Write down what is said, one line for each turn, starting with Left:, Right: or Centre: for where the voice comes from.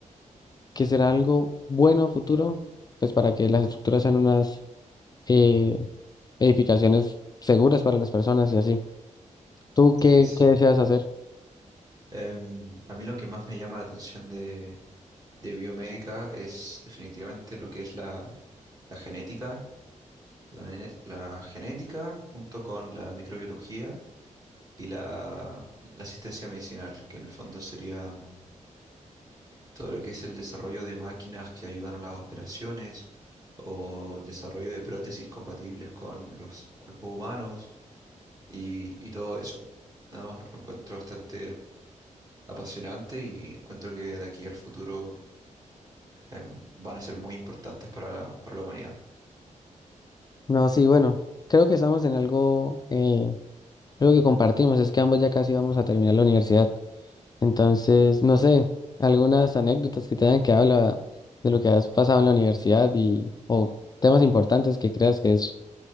Left: que será algo bueno a futuro, pues para que las estructuras sean unas... eh, edificaciones seguras para las personas y así. ¿Tú
Right: Sí,
Left: qué,
Right: sí.
Left: qué deseas hacer?
Right: Em, a mí lo que más me llama la atención de, de biomédica es definitivamente lo que es la, la genética La, mene- la genética junto con la microbiología y la, la asistencia medicinal, que en el fondo sería todo lo que es el desarrollo de máquinas que ayudan a las operaciones o el desarrollo de prótesis compatibles con los cuerpos humanos y, y todo eso, ¿no? Lo encuentro bastante apasionante y encuentro que de aquí al futuro em, van a ser muy importantes para, para la humanidad.
Left: No, sí, bueno, creo que estamos en algo, eh, algo que compartimos, es que ambos ya casi vamos a terminar la universidad. Entonces, no sé, algunas anécdotas que te hayan quedado de la- de lo que has pasado en la universidad y, o temas importantes que creas que es,